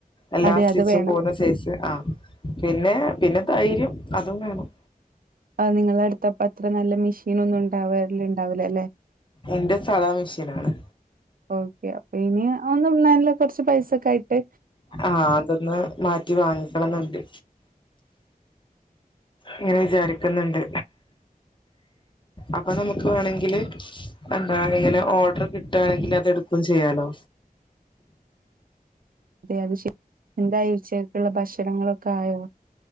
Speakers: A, on the left (about 30°); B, on the right (about 70°).
A: എല്ലാ
B: അതെ
A: സ്റ്റിച്ചും
B: അത് വേണം.
A: പോണ തേച്ച് ആഹ് പിന്നെ പിന്നെ കൈര്യം അതും വേണം
B: ആഹ് നിങ്ങളട്ത്തപ്പത്ര നല്ല മെഷീൻ ഒന്നുണ്ടാവല് ണ്ടാവൂലല്ലെ
A: ഇന്റെ സാദാ മെഷീനാണ്
B: ഓക്കെ അപ്പൊ ഇനിയാഒന്നും നല്ല കൊർച്ച് പൈസക്കായ്ട്ട്
A: ആഹ് അതൊന്ന് മാറ്റി വാങ്ങിക്കണം ന്ന്ണ്ട് ങ്ങനെ വിജാരിക്ക്ന്ന്ണ്ട് അപ്പൊ നമ്മക്ക് വേണെങ്കില് എന്താ ഇങ്ങനെ ഓഡ്രർ കിട്ടാണെങ്കില് അത് എടുക്കും ചെയ്യാലോ
B: അതെ അത് ശരി എന്തായി ഉച്ചക്ക്ള്ള ഭക്ഷണങ്ങളൊക്കെ ആയോ